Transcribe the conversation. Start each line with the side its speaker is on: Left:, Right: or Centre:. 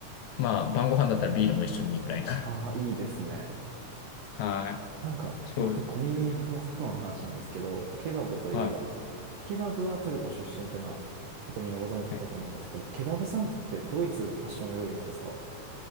Left: まあ晩ご飯だったらビールも一緒にいいくらいな。
Right: ああ、いいですね。
Left: <laughs> はい。
Right: なんか、
Left: ちょ、
Right: 僕、小耳に話す花の話なんですけど、ケバブといえば、
Left: はい。
Right: ケバブはトルコ出身っていうのは結構みんなご存知だと思うんですけど、
Left: はい。
Right: ケバブサンドってドイツ発祥の料理なんですか